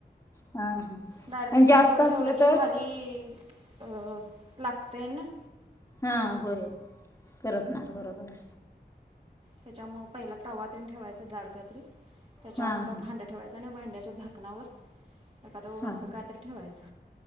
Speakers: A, on the left (about 15°); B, on the right (about 30°).
A: हा हा
B: डायरेक्ट
A: आणि
B: गॅसवर
A: जास्त असलं
B: ठेवल की
A: तर
B: खाली अं लागतय न
A: हा होय. करपनार बरोबरय
B: त्याच्यामुळे पहिला तवात तेन ठेवायच जाड काहीतरी त्याच्यानंतर
A: हा हा
B: भांड ठेवायचं आणि भांड्या त्या झाकणावर एखाद वज्ज
A: हा
B: काय तर ठेवायच.